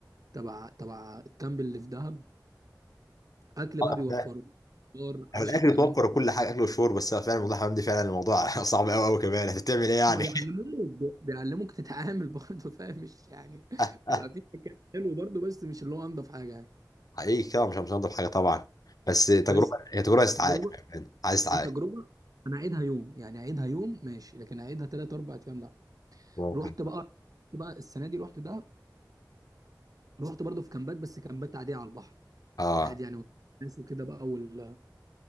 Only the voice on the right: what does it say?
تبع تبع الكامب اللي في دهب اكل
بقى بيوفروا
فطار
عشا
الكلام
ده
هم بيعلموك بي- بيعلموك تتعامل <laughs> برضه فاهم مش يعني
<laughs> بيبقى في مكان حلو برضه بس مش اللي هو انضف حاجه يعني
بس
تجربه
كتجربه انا اعيدها يوم يعني اعيدها يوم ماشي لكن اعيدها ثلاث اربع ايام لا
رحت بقى رحت بقى السنه دي رحت دهب رحت برضه في كامبات بس كامبات عاديه على البحر
عادي يعني والناس وكده بقى وال...